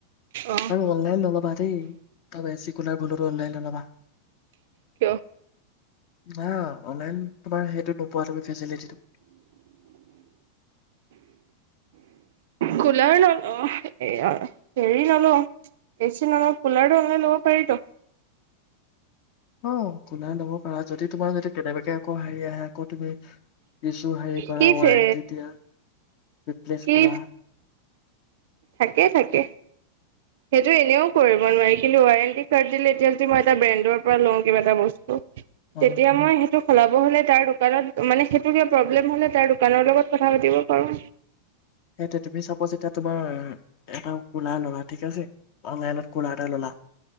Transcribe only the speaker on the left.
আৰু অনলাইন নলবা দেই, তাৰ চিকুলাৰ ভুলতো অনলাইন নলবা।
অ, অনলাইন তোমাৰ সেইটো নোপোৱা তুমি ফেচিলিটিটো।
অ কুনাই ল'ব পাৰা যদি তোমাৰ যদি কেনেবাকে আকৌ হেৰি আহে আকৌ তুমি ইছু হেৰি কৰা
ৱাৰেণ্টি
দিয়া। ৰিপ্লেচ
কৰা
অ',
সেই তুমি চাপজ এতিয়া তুমাৰ, এটা কুলাৰ ললা। ঠিক আছে, অনলাইনত কুলাৰ এটা ললা